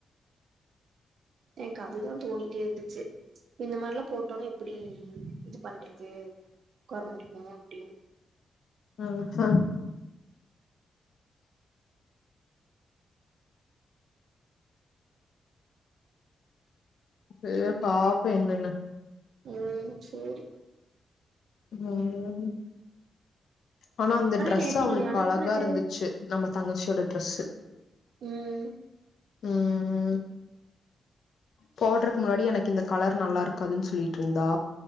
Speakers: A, on the right; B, on the left.
A: என்க்கு அதுதா தோணிட்டேருந்துச்சு இந்த மார்லா போட்டோனா எப்பிடி இது பண்றது கொற முடிக்கு அப்டின்
B: ஆஹா சே பாப்பொ என்னன்னு
A: ம் சேரி
B: ம் ஆனா அந்த ட்ரெஸ்ஸு
A: நேத்து
B: அவளுக்கு
A: நீ அனுப்புனது
B: அழகாருந்துச்சு நம்ம தங்கச்சியோட ட்ரெஸ்ஸு
A: ம்
B: ம் ம் போட்றக்கு முன்னாடி எனக்கு இந்த கலர் நல்லா இருக்காதுன் சொல்லிட்ருந்தா